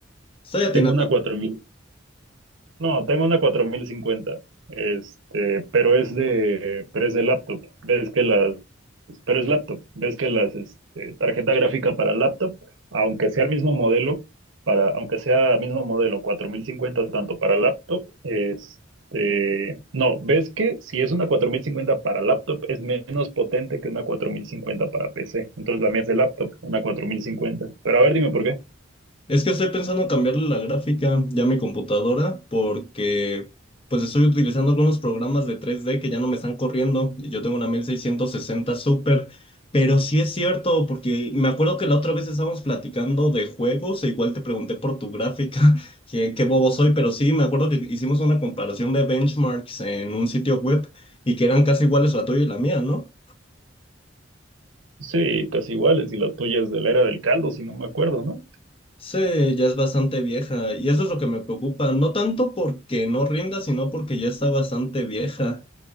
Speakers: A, on the left; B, on the right.
A: Estoy atinando.
B: tengo una 4000, no, tengo una 4050, este, pero es de, pero es de laptop. Ves que las pero es laptop. Ves que las este, tarjeta gráfica para laptop, aunque sea el mismo modelo, para, aunque sea el mismo modelo, 4050 tanto para laptop, este, no, ves que si es una 4050 para laptop es menos potente que una 4050 para PC. Entonces la mía es de laptop, una 4050. Pero a ver, dime por qué.
A: Es que estoy pensando en cambiarle la gráfica ya a mi computadora porque pues estoy utilizando algunos programas de tres d que ya no me están corriendo y yo tengo una 1660 Super, pero sí es cierto porque me acuerdo que la otra vez estábamos platicando de juegos e igual te pregunté por tu gráfica, <laughs> que qué bobo soy, pero sí me acuerdo que hicimos una comparación de benchmarks en un sitio web y que eran casi iguales la tuya y la mía, ¿no?
B: Sí, casi iguales, y la tuya es de la era del caldo, si no me acuerdo, ¿no?
A: Sí, ya es bastante vieja y eso es lo que me preocupa, no tanto porque no rinda, sino porque ya está bastante vieja.